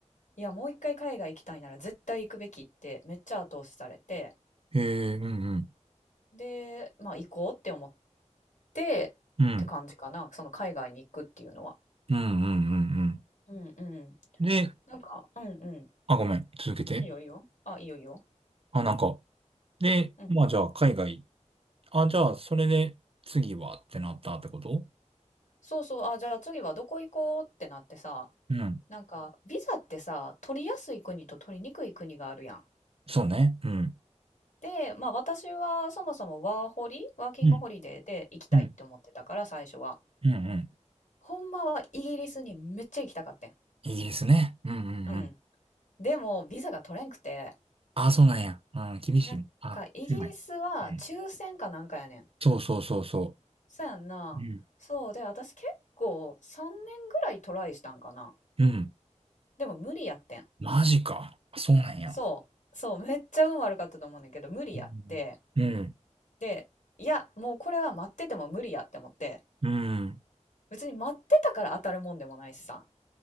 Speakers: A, on the left; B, on the right.
A: 「いやもう一回海外行きたいなら絶対行くべき」ってめっちゃ後押しされて
B: へえ、うん、うん、
A: で、まあ、行こうって思ってって感じかなその海外に行くっていうのは。
B: うん、うん、うん、うん。うん
A: うんうん。
B: で、
A: なんか、うんうん。
B: あ、ごめん、続けて。
A: いいよいいよ。あ、いいよいいよ。
B: あ、なんか、で、
A: うん。
B: まあじゃあ、海外、あ、じゃあ、それで次はってなったってこと
A: そうそう。あ、じゃあ次はどこ行こうってなってさ、
B: うん。
A: なんか、ビザってさ、取りやすい国と取りにくい国があるやん。
B: そうね。うん。
A: で、まあ私はそもそもワーホリ、ワーキングホリデーで行きたいって思ってたから最初は。
B: うん。うん。うん。うん
A: ほんまはイギリスにめっちゃ行きたかってん。
B: イギリスね。うんうんうん。
A: うん。でもビザが取れんくて、
B: あ、そうなんや。うん、厳しい。
A: なんかイギリスは抽選かなんかやねん。
B: あ、狭い。うんそうそうそうそ
A: そうやんな。
B: う。うん。
A: そうで、私結構3年ぐらいトライしたんかな。
B: うん。
A: でも無理やってん。
B: マジか。あそうなんや。
A: そう。そう、めっちゃ運悪かったと思うねんけど、無理やって。
B: うん。うん。
A: で、いや、もうこれは待ってても無理やって思って、
B: うん
A: 別に待ってたから当たるもんでもないしさ。